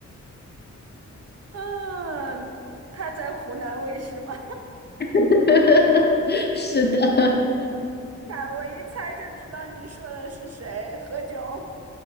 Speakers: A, on the right; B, on the left.
A: 嗯，他在湖南卫视吗？
B: <laughs> 是的，<laughs>
A: 看，我一猜就知道你说的是谁，何炅。